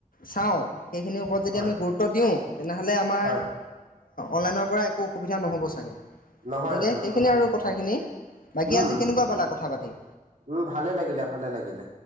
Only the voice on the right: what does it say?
হয়,
হয়,
নহয়,
নহয়,
অ',
উম,
উম,
উম ভালে লাগিলে ভালে লাগিলে।